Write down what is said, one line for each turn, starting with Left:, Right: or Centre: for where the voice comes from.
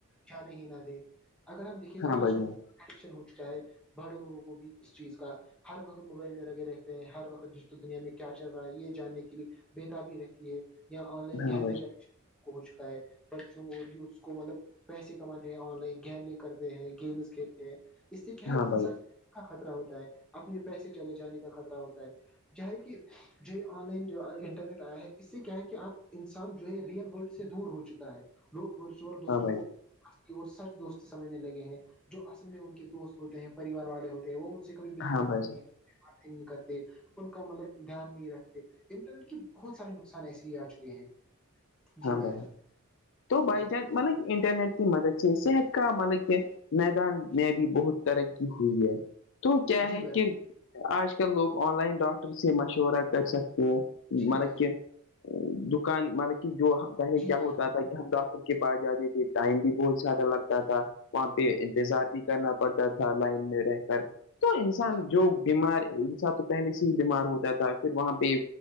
Centre: جانے ہی نہ دیں اگر ہم دیکھے
Left: ہاں
Centre: تو آج
Left: بھائی
Centre: کل
Left: جان
Centre: ایڈکشن ہو چکا ہے باڑوں لوگوں کو بھی اس چیز کا ہر وقت موبائل میں لگے رہتے ہیں ہر وقت ڈیجیٹل دنیا میں کیا چل رہا ہے یہ جاننے کے لیے بتابی رہتی ہے یا آن لائن
Left: ہاں
Centre: گیملنگ
Left: بھائی
Centre: ہو چکا ہے بچوں اور یوتس کو مطلب پیسے کمانے ہیں آن لائن گیملنگ کر ہیں گیمز کھیلتے ہیں اس سے کیا ہے
Left: ہاں بھائی
Centre: انسان کا خطرہ ہوتا ہے اپنے پیسے چلے جانے کا خطہ ہوتا ہے ج ہے کہ جو آن لائن جو انٹرنیٹ آیا ہے اس سے کیا ہے کہ آپ انسان جو ہے ریئل ورلڈ سے دور ہو چکا ہے لوگ ورچوئل دوستوں
Left: ہاں بھائی
Centre: کو اور سچ دوست سمجھنے لگے ہیں جو اصل میں ان کے دوست ہوتے ہیں پریوار والے ہوتے ہیں وہ ان سے کبھی ملتے
Left: ہاں
Centre: نہیں
Left: بھائی جان
Centre: ہیں باتیں نہیں کرتے ان کا مطلب دھیان نہیں رکھتے انٹرنیٹ کی بہت سارے نقصان ایسے ہی آ چکے ہیں
Left: ہاں
Centre: جی
Left: بھائی
Centre: جان
Left: تو بائی
Centre: جی
Left: جان مطلب انٹرنیٹ کی مدد سے صحت کا مطلب کہ میدان
Centre: جی
Left: میں
Centre: بھائی
Left: بھی بہت ترقی ہوئی ہے تو کیا ہے
Centre: جی
Left: کہ آج کل لوگ آن لائن ڈاکٹر سے مشورہ کر سکتے ہیںوں مطلب
Centre: بھائی
Left: کہ دکان مطلب کہ جو پہلے
Centre: جی
Left: کیا
Centre: بھائی
Left: ہوتا
Centre: جان
Left: تھا کہ ہم ڈاکٹر کے پاس جاتے تھے ٹائم بھی بہت زیادہ لگتا تھا وہاں پہ انتظار بھی کرنا پتا تھا لائن میں رہ کر تو انسان
Centre: جی
Left: جو بیمار ان سا تو پہلے سے ہی بیمار ہوتا تھا پھر وہاں پہ